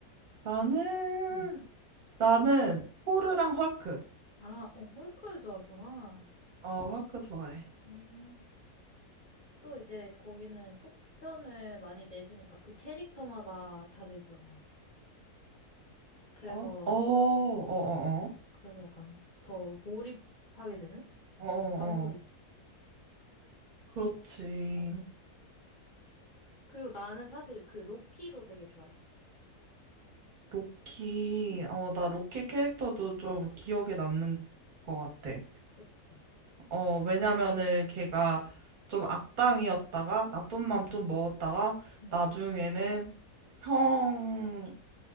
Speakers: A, on the right; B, on the left.
A: 나는,
B: 응.
A: 나는, 토르랑 헐크.
B: 아, 어, 헐크 좋아하구나.
A: 어, 헐크 좋아해.
B: 음. 또 이제 거기는 속편을 많이 내주니까 그 캐릭터마다 다 내주잖아. 그래서
A: 어, 어, 어, 어, 어,
B: 어. 그래서 약간 더 몰입하게 되는?
A: 어, 어,
B: 과몰입.
A: 어. 그렇지.
B: 어, 그리고 나는 사실 그 로키도 되게 좋아했어.
A: 로키,
B: 어,
A: 어, 나 로키 캐릭터도 좀 기억에 남는 것 같아.
B: 그치?
A: 어, 왜냐면은 걔가 좀 악당이었다가, 나쁜 맘 좀 먹었다가,
B: 응,
A: 나중에는 형,